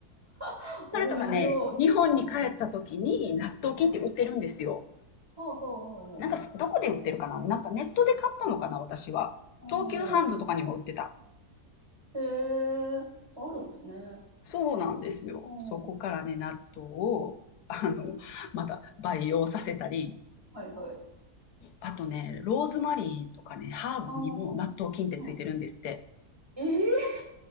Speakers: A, on the right; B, on the left.
A: <laughs> 面白い。
B: それとかね、日本に帰った時に納豆菌って売ってるんですよ。
A: うん。はい。ははあはあはあ。
B: なんかす、どこで売ってるかななんかネットで買ったのかな私は。
A: おー。
B: 東急ハンズとかにも売ってた。
A: へえ、あるんですね。
B: そうなんですよ。
A: おー。
B: そこからね、納豆を、
A: うん。
B: あの、また培養させたり、
A: はいはい。
B: あとね、ローズマリーとかね、ハーブにも納豆菌ってついてるんですって。
A: あー。はい。ええ